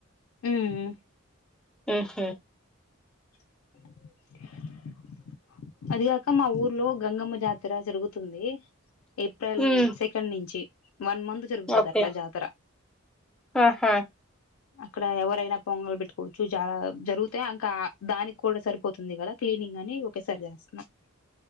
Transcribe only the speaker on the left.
ఉ ఉ
అ <unintelligible> అదిగాక మా ఊర్లో గంగమ్మ జాతర జరుగుతుంది. ఏప్రిల్
సెకండ్ నుంచి వన్ మంత్ జరుగుతుంది
అట్లా జాతర.
అక్కడ ఎవరైనా పొంగలు పెట్టుకోవచ్చు. చాలా జరుగుతా అంకా దానికి కూడా సరిపోతుంది, కదా క్లీనింగ్ అని ఒకేసారి చేస్తున్నాం.